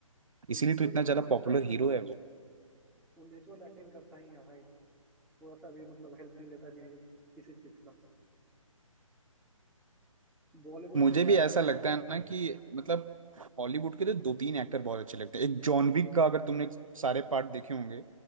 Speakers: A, in the centre; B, on the right (about 70°).
A: वो
B: इसीलिए
A: नेचुरल
B: तो इतना
A: एक्टिंग
B: ज्यादा
A: करता
B: पॉपुलर
A: ही है
B: हीरो
A: वो
B: है वो
A: वो नेचुरल एक्टिंग करता ही है भाई थोड़ा सा भी मतलब हेल्प नहीं लेता कहीं किसी चीज का बॉलीवुड
B: मुझे
A: में क्या
B: भी
A: है
B: ऐसा
A: कि
B: लगता है ना कि मतलब हॉलीवुड के तो दो तीन एक्टर बहुत अच्छे लगते हैं एक जॉन विक का अगर तुमने सारे पार्ट देखे होंगे